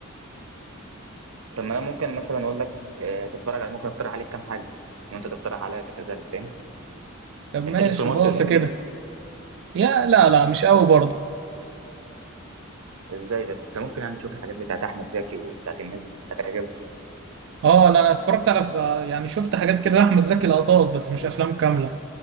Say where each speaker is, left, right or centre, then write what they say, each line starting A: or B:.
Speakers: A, on the right; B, on the right.
A: طب ما انا ممكن مثلا اقول لك اه، تتفرج على ممكن اقترح عليك كام حاجه وانت تقترح عليا كذلك فاهم
B: طب ماشي
A: انت ليك في مصر
B: بص
A: القديم
B: كده يا لا لا مش قوي برضه
A: ازاي بس انت ممكن يعني تشوف الحاجات بتاعت احمد زكي وبتاعت الناس اللي هتعجبك
B: اه لا انا اتفرجت على ف... يعني شفت حاجات كده احمد زكي لقطات بس مش افلام كامله